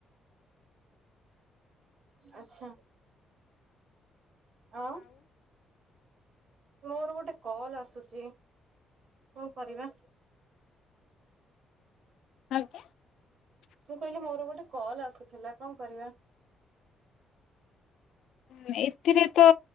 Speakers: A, on the right; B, on the left.
A: ଆଚ୍ଛା। ଆଉ। ମୋର ଗୋଟେ କଲ୍ ଆସୁଛି କଣ କରିବା?
B: ଆଜ୍ଞା।
A: ମୁଁ କହିଲି ମୋର ଗୋଟେ କଲ୍ ଆସୁଥିଲା କଣ କରିବା?
B: ହୁଁ ଏଥିରେ ତ